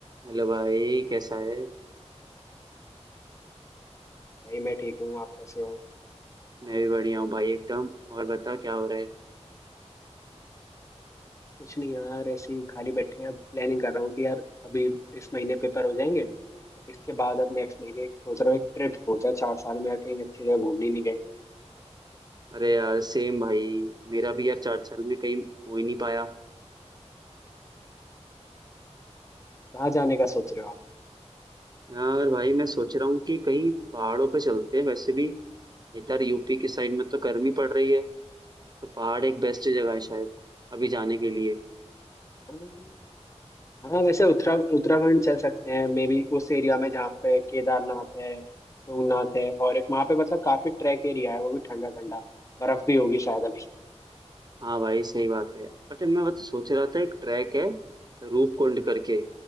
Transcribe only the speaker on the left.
भाई मैं ठीक हूँ आप कैसे हो
कुछ नहीं यार ऐसे ही खाली बैठे हैं अब प्लानिंग कर रहा हूँ कि यार अभी इस महीने पेपर हो जाएंगे तो इसके बाद अब नेक्स्ट महीने सोच रहा हूँ एक ट्रिप हो जाए चार साल में कहीं अच्छी जगह घूमने नहीं गए
कहाँ जाने का सोच रहे हो आप
हम्म, हाँ वैसे उत्तरा उत्तराखंड चल सकते हैं मे बी उस एरिया में जहाँ पे केदारनाथ है तुंगनाथ है और एक वहाँ पे मतलब काफी ट्रैक एरिया है वो भी ठंडा ठंडा बर्फ भी होगी शायद अभी